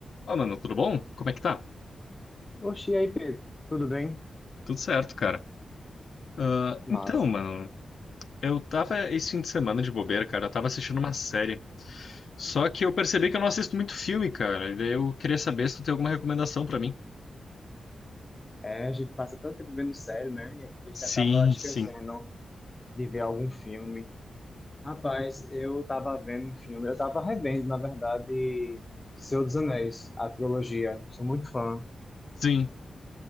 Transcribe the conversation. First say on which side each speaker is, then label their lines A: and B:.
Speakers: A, on the left; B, on the left.
A: Ó, oh, mano, tudo bom? Como é que tá?
B: Oxi, e aí, Pedro? Tudo bem?
A: Tudo certo, cara. Ah,
B: Massa.
A: então, mano, eu tava esse fim de semana de bobeira, cara. Eu tava assistindo uma série. Só que eu percebi que eu não assisto muito filme, cara. E daí eu queria saber se tu tem alguma recomendação pra mim.
B: É, a gente passa tanto tempo vendo série, né? E a gente
A: Sim,
B: acaba esquecendo
A: sim.
B: de ver algum filme. Rapaz, eu tava vendo um filme, eu tava revendo, na verdade, Senhor dos Anéis, a trilogia. Sou muito fã,
A: Sim.